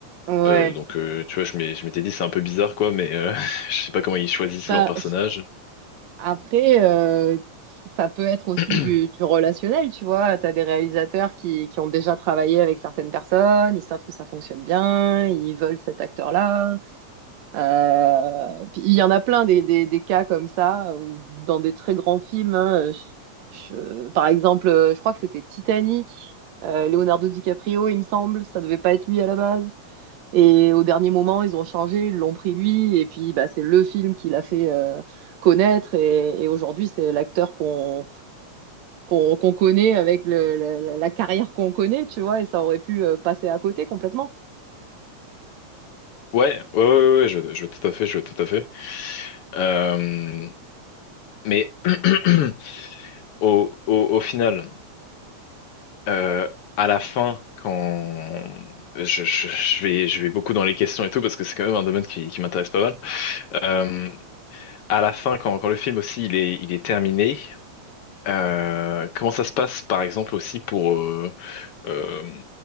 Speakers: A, on the right; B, on the left.
A: Ouais.
B: Euh, donc, euh, tu vois, je m'ai- je m'étais dit, c'est un peu bizarre, quoi, mais euh, <laughs> je sais pas comment ils choisissent
A: Bah,
B: leur personnage.
A: Après, euh, ça peut être aussi
B: <clears throat>
A: du, du relationnel, tu vois. Tu as des réalisateurs qui, qui ont déjà travaillé avec certaines personnes, ils savent que ça fonctionne bien, ils veulent cet acteur-là. Euh, puis il y en a plein des, des, des cas comme ça, ou dans des très grands films. hein, je- je- par exemple, euh, je crois que c'était Titanic, euh, Leonardo DiCaprio, il me semble, ça devait pas être lui à la base. Et au dernier moment, ils ont changé, ils l'ont pris lui, et puis bah, c'est le film qui l'a fait euh, connaître. Et, et aujourd'hui, c'est l'acteur qu'on qu'on qu'on connaît avec le, le- la carrière qu'on connaît, tu vois, et ça aurait pu euh, passer à côté complètement.
B: Ouais, ouais, ouais, ouais, je, vois- je vois tout à fait, je vois tout à fait. Euh, mais <clears throat> au, au, au final. euh, à la fin, quand je, je- je vais, je vais beaucoup dans les questions et tout, parce que c'est quand même un domaine qui, qui m'intéresse pas mal. Euh, à la fin, quand, quand le film aussi il est, il est terminé, euh, comment ça se passe, par exemple, aussi pour, euh, euh,